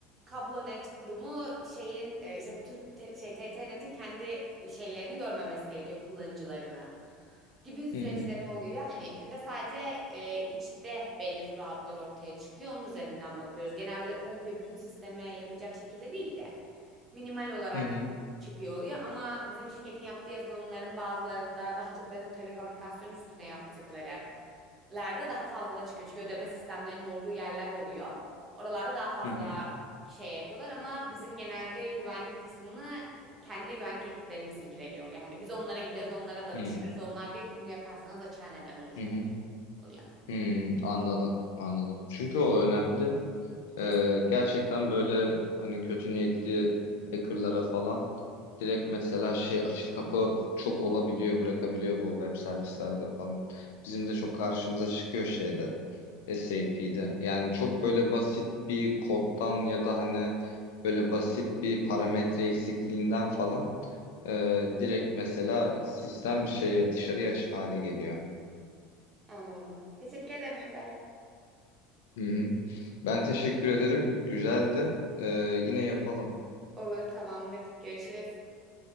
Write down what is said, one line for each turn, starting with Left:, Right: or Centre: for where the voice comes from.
Right: Kablonet kurumu şeyin e, işte Türk te- şey TTNet'in kendi şeylerini görmemesi gerekiyor kullanıcılarına gibi süreçleri
Left: Hı hı.
Right: oluyor. Hani bizde sadece e, içte belli fıratlar ortaya çıkıyor. Onun üzerinden bakıyoruz. Genel böyle komple bütün sisteme yapacak şekilde değil de minimal olarak
Left: Hı hı.
Right: çıkıyor oluyor ama bizim şirketin yaptığı yazılımların bazılarında daha çok mesela telekomünikasyon üstüne yaptıkları lerde daha fazla da çıkıyor. Çünkü ödeme sistemlerinin olduğu yerler oluyor. Oralarda daha fazla
Left: Hı hı.
Right: şey yapıyorlar ama bizim genelde güvenlik kısmını kendi güvenlik ekiplerimiz ilgileniyor oluyor. Hani biz onlara gidiyoruz, onlara danışıyoruz.
Left: Hı hı.
Right: Onlar diyor ki bunu yaparsanız açığa neden olur
Left: Hı hı.
Right: gibi oluyor.
Left: Hmm, anladım, anladım. Çünkü o önemli.
Right: Kesinlikle.
Left: Ee, gerçekten böyle hani kötü niyetli hackerlara falan direkt mesela şey açık kapı çok olabiliyor, bırakabiliyor bu web servislerde falan. Bizim de çok karşımıza çıkıyor şeyde, SAP'de. Yani çok böyle basit bir koddan ya da hani böyle basit bir parametre eksikliğinden falan e, direkt mesela sistem şeye dışarıya açık hale geliyor.
Right: Anladım. Teşekkür ederim Gökberk.
Left: Hı hı. Ben teşekkür ederim. Güzeldi. Ee, yine yapalım.
Right: Olur, tamamdır. Görüşürüz.